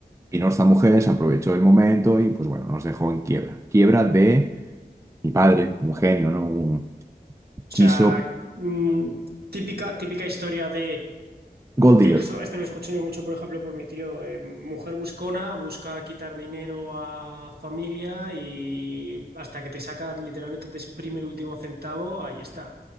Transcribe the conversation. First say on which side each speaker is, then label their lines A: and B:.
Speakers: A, on the right (about 20°); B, on the right (about 70°).
A: y nuestra mujer se aprovechó del momento y pues bueno, nos dejó en quiebra. Quiebra de mi padre, un genio, ¿no? Un-
B: O
A: quiso...
B: sea, mm, típica, típica historia de
A: Gold
B: que
A: digger.
B: eso, esto lo escucho yo mucho, por ejemplo, por mi tío. eh, mujer buscona, busca quitar dinero a familia y hasta que te saca, literalmente te exprime el último centavo, ahí está.